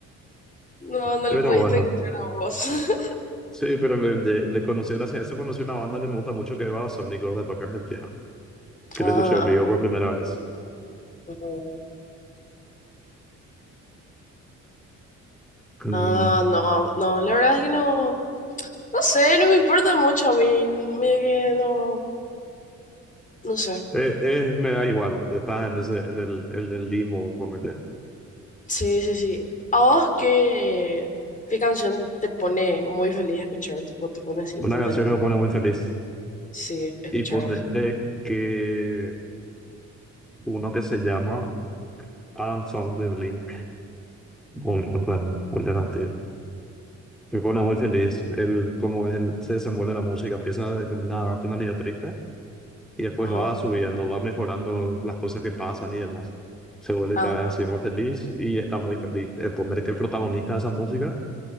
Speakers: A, on the left; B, in the centre.
A: no, no
B: Pero
A: lo pudiste
B: bueno,
A: escuchar a vos. <laughs>
B: sí, pero le, le- le conocí gracias a eso, conocí una banda que me gusta mucho que va a Sónico de Rock Argentina, que
A: Ah,
B: le escuché en vivo por primera vez.
A: ah,
B: Mm,
A: ah, ah, no, no, la verdad es que no. No sé, no me importa mucho a mí, medio que no, no sé.
B: eh, eh, me da igual, estás en, ese, en el, el, el limbo, como que-
A: Sí, sí, sí. ¿A vos qué, qué canción te pone muy feliz escuchar? Tipo, te pone así instantáneamente.
B: Una canción que me pone muy feliz.
A: Sí, escuchar
B: Y ponerle
A: así.
B: que uno que se llama Adam Song de Blink, un un plan alternativo. Me pone muy feliz el, cómo él se desenvuelve la música. Empieza con una temática triste y después
A: Ajá,
B: va subiendo, va mejorando las cosas que pasan y demás. Se vuelve
A: ajá.
B: cada vez así más feliz y está muy feliz. El poner que el protagonista de esa música